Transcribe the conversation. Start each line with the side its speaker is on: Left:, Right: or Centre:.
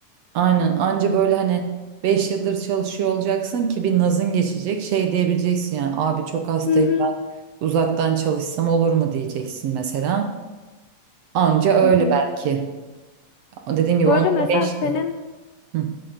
Right: Aynen anca böyle hani 5 yıldır çalışıyor olacaksın ki bir nazın geçecek şey diyebileceksin yani abi çok hastayım
Left: Hı hı.
Right: ben uzaktan çalışsam olur mu diyeceksin mesela. Anca öyle
Left: Hı hı.
Right: belki. Dediğim gibi
Left: Bu
Right: onun
Left: arada mesela
Right: da 5
Left: senin
Right: yıl. Hı.